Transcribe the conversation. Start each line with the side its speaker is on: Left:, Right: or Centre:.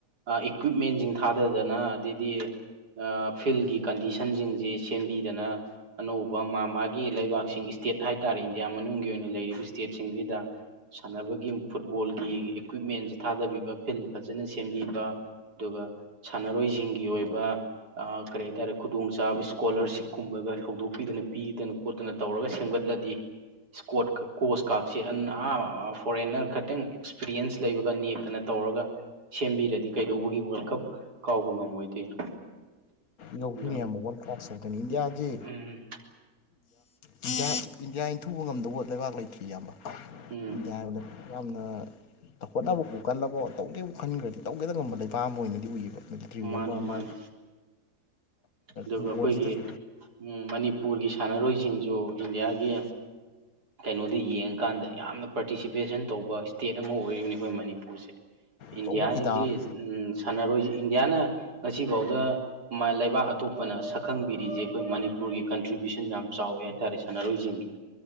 Right: ꯑ ꯏꯀ꯭ꯋꯤꯞꯃꯦꯟꯖꯤꯡ ꯊꯥꯗꯗꯅ ꯑꯗꯩꯗꯤ ꯑ ꯐꯤꯜꯒꯤ ꯀꯟꯗꯤꯁꯟꯖꯤꯡꯖ‌ꯦ ꯁꯦꯝꯕꯤꯗꯅ ꯑꯅꯧꯕ ꯃꯥ ꯃꯥꯒꯤ ꯂꯩꯕꯥꯛꯁꯤꯡ ꯏꯁꯇꯦꯠ ꯍꯥꯏꯇꯥꯔꯦ ꯏꯟꯗꯤꯌꯥ ꯃꯅꯨꯡꯒꯤ ꯑꯣꯏꯅ ꯂꯩꯔꯤꯕ ꯏꯁꯇꯦꯠꯁꯤꯡꯖꯤꯗ ꯁꯥꯟꯅꯕꯒꯤ ꯐꯨꯠꯕꯣꯜꯒꯤ ꯏꯀ꯭ꯋꯤꯞꯃꯦꯟꯖ‌ꯦ ꯊꯥꯗꯕꯤꯕ ꯐꯤꯜ ꯐꯖꯅ ꯁꯦꯝꯕꯤꯕ ꯑꯗꯨꯒ ꯁꯥꯟꯅꯔꯣꯏꯖꯤꯡꯒꯤ ꯑꯣꯏꯕ ꯑ ꯀꯔꯤ ꯍꯥꯏꯇꯥꯔꯦ ꯈꯨꯗꯣꯡꯆꯥꯥꯕ ꯏꯁꯀꯣꯂꯔꯁꯤꯞꯀꯨꯝꯕꯒ ꯍꯧꯗꯣꯛꯄꯤꯗꯅ ꯄꯤꯗꯅ ꯈꯣꯠꯇꯅ ꯇꯧꯔꯒ ꯁꯦꯝꯒꯠꯂꯗꯤ ꯏꯁꯀꯣꯠ ꯀꯣꯁ ꯀꯥꯔꯁ ꯐꯣꯔꯦꯟꯅꯔ ꯈꯇꯪ ꯑꯦꯛꯁꯄꯤꯔꯤꯌꯦꯟꯁ ꯂꯩꯕꯒ ꯅꯦꯛꯇꯅ ꯇꯧꯔꯒ ꯁꯦꯝꯕꯤꯔꯗꯤ ꯀꯩꯗꯧꯕꯒꯤ ꯋꯥꯔꯜ ꯀꯞ ꯀꯥꯎꯕ ꯉꯝꯃꯣꯏꯗꯣꯏꯅꯣ
Left: ꯌꯧꯗꯣꯏꯅꯦ
Right: ꯑꯗꯣ
Left: ꯑꯃꯕꯛ ꯋꯥꯔꯜ ꯀ꯭ꯂ꯭ꯔꯣꯁ ꯌꯧꯗꯣꯏꯅꯤ ꯏꯟꯗꯤꯌꯥꯁꯤ
Right: ꯎꯝ
Left: ꯏꯟꯗꯤꯌꯥ ꯏꯟꯗꯤꯌꯥ ꯏꯟꯊꯨꯕ ꯉꯝꯗꯧꯕ ꯂꯩꯕꯥꯛ ꯂꯩꯇ꯭ꯔꯤ ꯏꯌꯥꯝꯕ
Right: ꯎꯝ
Left: ꯏꯟꯗꯤꯌꯥ ꯍꯥꯏꯕꯗ ꯌꯥꯝꯅ ꯍ‌ꯣꯠꯅꯕꯕꯨ ꯀꯟꯅꯂꯕ ꯇꯧꯒꯦꯕꯨ ꯈꯟꯈ꯭ꯔꯗꯤ ꯇꯧꯒꯦꯗ ꯉꯝꯕ ꯂꯩꯕꯥꯛ ꯑꯃ ꯑꯣꯏꯅꯗꯤ ꯎꯌ‌ꯦꯕ ꯃꯟꯇ꯭ꯔꯤ
Right: ꯃꯥꯅꯦ
Left: ꯑꯃ ꯑꯃ
Right: ꯃꯥꯅꯦ ꯑꯗꯨꯒ
Left: ꯕꯣꯜꯁꯤꯗꯁꯨ
Right: ꯑꯩꯈꯣꯏꯒꯤ ꯎꯝ ꯃꯅꯤꯄꯨꯔꯒꯤ ꯁꯥꯟꯅꯔꯣꯏꯖꯤꯡꯖꯨ ꯏꯟꯗꯤꯌꯥꯒꯤ ꯀꯩꯅꯣꯗ ꯌꯦꯡꯉꯀꯥꯟꯗ ꯌꯥꯝꯅ ꯄꯥꯔꯇꯤꯁꯤꯄꯦꯁꯟ ꯇꯧꯕ ꯏꯁꯇꯦꯠ ꯑꯃ ꯑꯣꯏꯔꯤꯕꯅꯤ ꯑꯩꯈꯣꯏ ꯃꯅꯤꯄꯨꯔꯁꯦ ꯏꯟꯗꯤꯌꯥꯁꯤ
Left: ꯑꯆꯧꯕ ꯐꯤꯗꯥ ꯑꯃ
Right: ꯎ ꯁꯥꯟꯅꯔꯣꯏꯁꯤ ꯏꯟꯗꯤꯌꯥꯅ ꯉꯁꯤꯕꯥꯎꯗ ꯃ ꯂꯩꯕꯥꯛ ꯑꯇꯣꯞꯄꯅ ꯁꯛꯈꯪꯕꯤꯔꯤꯁꯦ ꯑꯩꯈꯣꯏ ꯃꯅꯤꯄꯨꯔꯒꯤ ꯀꯟꯇ꯭ꯔꯤꯕ꯭ꯌꯨꯁꯟ ꯌꯥꯝ ꯆꯥꯎꯋꯦ ꯍꯥꯏꯇꯥꯔꯦ ꯁꯥꯟꯅꯔꯣꯏꯖꯤꯡꯒꯤ